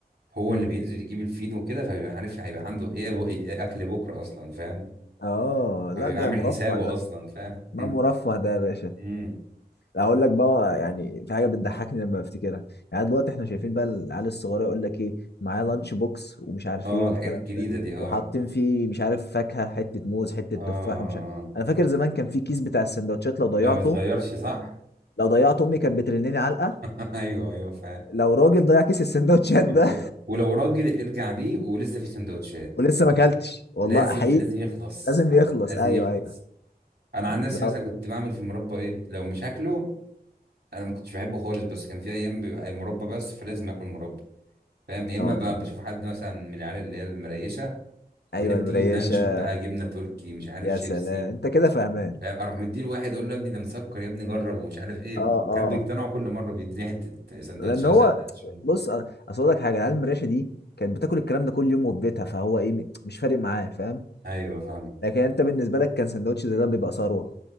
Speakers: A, on the right (about 80°); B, on the left (about 85°).
A: هو
B: مم.
A: اللي بينزل يجيب الفينو كده فبيبقى عارف هيبقى عنده ايه, بو... إيه اكل بكره اصلا فاهم
B: اه
A: فبيبقى
B: لا ده
A: عامل
B: مرفه
A: حسابه
B: ده
A: اصلا فاهم
B: ما
A: <laughs>
B: مرفه ده يا باشا
A: امم
B: اقول لك بقى يعني في حاجه بتضحكني لما بفتكرها يعني دلوقتي احنا شايفين بقى العيال الصغيره يقول لك ايه معاه لانش بوكس ومش عارف
A: اه
B: ايه والكلام
A: الحاجات الجديده
B: ده
A: دي اه
B: وحاطين فيه مش عارف فاكهه حته موز حته
A: اه
B: تفاح
A: اه
B: ومش عارف
A: اه
B: انا فاكر زمان كان في كيس بتاع السندوتشات لو ضيعته
A: لا بيتغيرش صح
B: لو ضيعته امي كانت بترنني علقه
A: <laughs> ايوه ايوه فاهم
B: لو راجل ضيع كيس السندوتشات
A: حرفيا
B: ده
A: ولو راجل ارجع بيه ولسه في سندوتشات
B: <laughs> ولسه ما اكلتش والله
A: لازم
B: حقيقي
A: لازم يخلص
B: لازم
A: حق-
B: يخلص
A: لازم
B: ايوه
A: يخلص
B: ايوه
A: انا عن نفسي
B: لا
A: مثلا كنت بعمل في المربى ايه لو مش هاكله انا ما كنتش بحبه خالص بس كان في ايام بيبقى مربى بس فلازم اكل مربى فاهم يا اما
B: اه
A: بقى بشوف حد مثلا من العيال اللي هي المريشه
B: ايوه
A: اللي هي بتيجي
B: المريشه
A: بلانشون بقى جبنه تركي مش عارف
B: يا
A: شيبسي
B: سلام انت كده فاهمان
A: فاهم؟ اروح مديله واحد اقول له يا ابني ده مسكر يا ابني جرب ومش عارف ايه
B: اه
A: وكان
B: اه
A: بيقتنعوا كل مره بيديني حته سندوتش
B: لان
A: مثلا
B: هو
A: لانشون
B: بص أ- اصل اقول لك حاجه العيال المراشة دي كانت بتاكل الكلام ده كل يوم وفي بيتها فهو ايه م- مش فارق معاه فاهم
A: ايوه فاهم
B: لكن انت بالنسبه لك كان سندوتش زي ده بيبقى ثروه